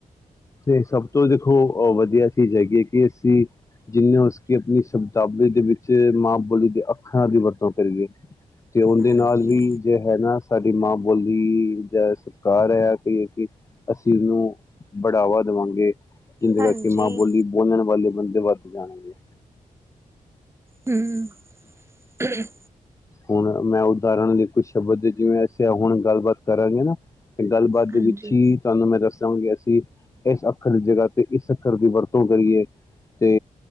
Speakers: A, on the left (about 20°); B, on the right (about 20°).
A: ਤੇ ਸਭ ਤੋਂ ਦੇਖੋ ਵਧੀਆ ਚੀਜ਼ ਹੈਗੀ। ਐਸੀ ਜਿਨੇ ਉਸ ਆਪਣੀ ਸਤਾਬਿਕ, ਦੇ ਵਿੱਚ ਮਾਂ ਬੋਲੀ ਦੇ ਅੱਖਾਂ ਦੀ ਵਰਤੋਂ ਕਰੀਏ। ਅਤੇ ਉਹਦੇ
B: ਹਾਂਜੀ
A: ਨਾਲ ਵੀ ਜੇ ਹੈ ਨਾ, ਸਾਡੀ ਮਾਂ ਬੋਲੀ ਦਾ ਸਤਿਕਾਰ ਹੈ, ਤੇ ਕਿ ਅਸੀਂ ਉਹਨੂੰ ਬੜਾਵਾ ਦੇਉਗੇ। ਜ਼ਿੰਦਗਾ
B: ਹਾਂਜੀ
A: ਕਿ ਮਾਂ ਬੋਲੀ ਬੋਲਣ ਵਾਲੇ ਬੰਦੇ, ਵਦੀਆ ਨੇ
B: ਹਮ <unintelligible>
A: ਹੁਣ ਮੈਂ ਉਦਾਹਰਣ ਲਈ ਕੁਝ ਸ਼ਬਦ ਜਿਵੇਂ ਅਸੀਂ ਹੁਣ ਗੱਲਬਾਤ ਕਰਾਂਗੇ ਨਾ ਤੇ ਗੱਲਬਾਤ ਦੇ
B: ਹਾਂਜੀ
A: ਵਿੱਚ ਹੀ ਤੁਹਾਨੂੰ ਮੈਂ ਦੱਸ ਾਂਗੇ ਅਸੀਂ ਇਸ ਅੱਖਰ ਦੀ ਜਗ੍ਹਾ ਤੇ ਇਸ ਅੱਖਰ ਦੀ ਵਰਤੋਂ ਕਰੀਏ ਤੇ